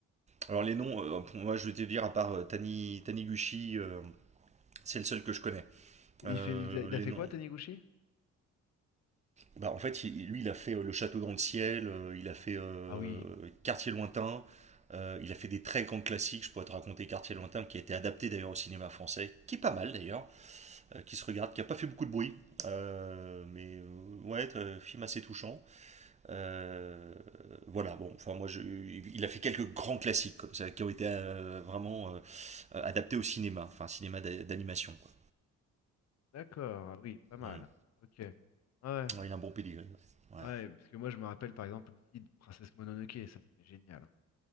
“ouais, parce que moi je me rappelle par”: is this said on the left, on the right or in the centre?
Left